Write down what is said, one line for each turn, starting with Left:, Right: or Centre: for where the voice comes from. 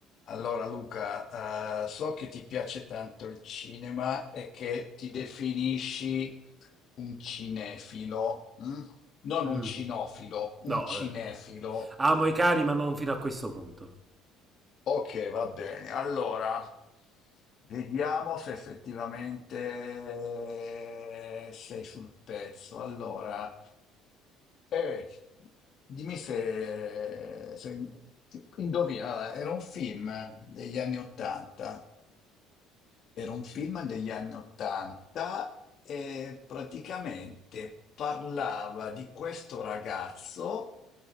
Left: Allora Luca, eh, so che ti piace tanto il cinema e che ti definisci un cinefilo, mm? Non un
Right: Mm,
Left: cinofilo,
Right: no,
Left: un cinefilo.
Right: eh. amo
Left: Eh.
Right: i cani, ma non fino a questo punto.
Left: Ok, va bene. Allora, vediamo se effettivamente sei sul pezzo. Allora. Eh, dimmi se, se indovina, allora, era un film degli anni Ottanta, era un film degli anni Ottanta e praticamente parlava di questo ragazzo